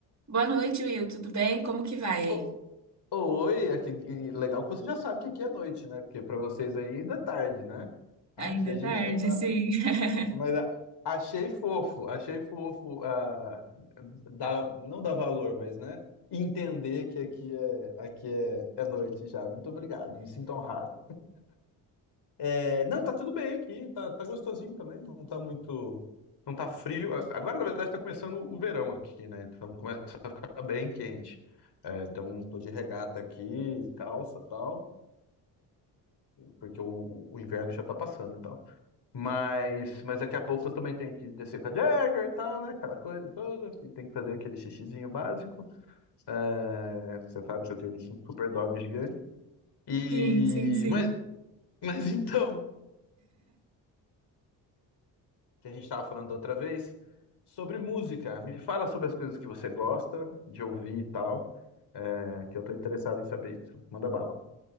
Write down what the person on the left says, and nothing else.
O- Oi, aqui, e legal que você já sabe que aqui é noite, né? Porque pra vocês aí ainda é tarde, né? Aqui
a
gente já tá.
Mas ah, achei fofo, achei fofo, ah, dá- não dá valor, mas né? Entender que aqui é, aqui é, é noite já. Muito obrigado, me sinto honrado. É, não, tá tudo bem aqui, tá, tá gostosinho também, não tá muito. Não tá frio. Agora, na verdade, tá começando o verão aqui, né? Então começa a ficar bem quente. É, então tô de regata aqui, calça tal, porque o, o inverno já tá passando e tal. Mas, mas daqui a pouco eu também tenho que descer com a Jagger e tal, né? Aquela coisa toda, que tem que fazer aquele xixizinho básico. É, você sabe que eu tenho um super dog gigante. E.
Mas, mas então, que a gente estava falando da outra vez, sobre música. Me fala sobre as coisas que você gosta de ouvir e tal, é, que eu tô interessado em saber isso. Manda bala.